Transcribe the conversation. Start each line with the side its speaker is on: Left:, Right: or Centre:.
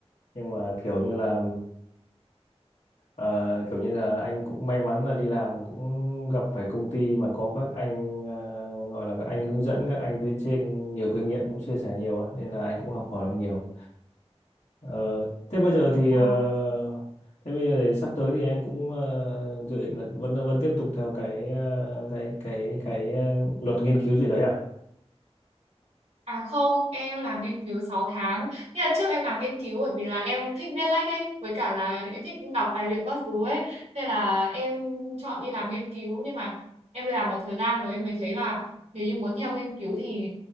Left: Nhưng mà kiểu như là Ờ, kiểu như là anh cũng may mắn là đi làm cũng gặp phải công ty mà có các anh ờ, gọi là các anh hướng dẫn các anh phía trên nhiều kinh nghiệm cũng chia sẻ nhiều á, nên là anh cũng học hỏi được nhiều. Ờ, thế bây giờ thì
Right: Ờ.
Left: ờ, thế bây giờ thì sắp tới thì em cũng ờ, dự định là vẫn vẫn tiếp tục theo cái ờ, cái cái cái ờ, luật nghiên cứu gì đấy à?
Right: À không, em làm nghiên cứu 6 tháng. Nhưng là trước em làm nghiên cứu bởi vì là em thích viết lách ấy, với cả là em thích đọc tài liệu các thứ ấy. Nên là em chọn đi làm nghiên cứu. Nhưng mà em làm một thời gian rồi em mới thấy là nếu như muốn theo nghiên cứu thì